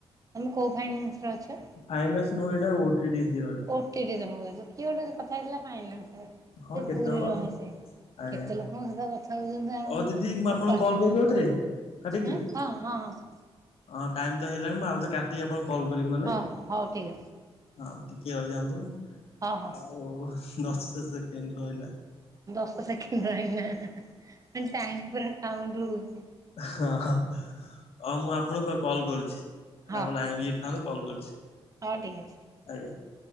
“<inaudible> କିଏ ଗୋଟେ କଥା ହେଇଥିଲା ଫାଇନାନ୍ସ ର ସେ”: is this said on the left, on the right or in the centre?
Right